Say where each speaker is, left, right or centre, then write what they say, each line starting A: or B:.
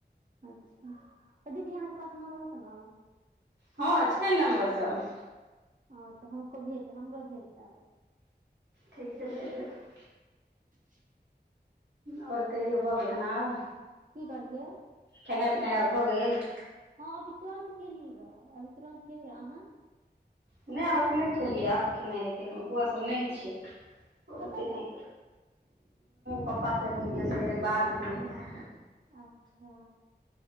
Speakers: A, on the right; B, on the right.
A: अच्छा! तऽ दीदी अहाँके पास नम्बर होतै ने।
B: हँ, छै नम्बर सब।
A: ह तऽ हमरको भेज हमरो भेज देब।
B: ठीक छै, भेज देबै।
A: <inaudible>
B: आओर कहियो भऽ गेल खना आब,
A: की कहलियै
B: खेनाइ- पिनाइ आओर भऽ गेल।
A: हँ, अभी तुरन्त खेली ग, अभी तुरन्त खेल अहाँ?
B: नहि आब एखन नहि खेलियै, आब खेनाइ हेतै, हमर बौआ सब नहि छै, ओेतै
A: कतऽ गेल
B: तेक पप्पा सने गेल छै, बाध घुम ले।
A: अच्छा!